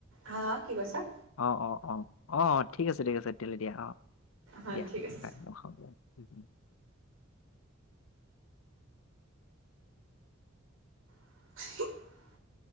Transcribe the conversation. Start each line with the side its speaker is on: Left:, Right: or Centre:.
Right: হা হা কি কৈছা।
Left: অঁ অঁ অঁ অঁ অঁ ঠিক আছে ঠিক আছে তেতিয়াহলে দিয়া অঁ
Right: হা
Left: দিয়াই।
Right: ঠিক আছে।
Left: <unintelligible>
Right: <unintelligible>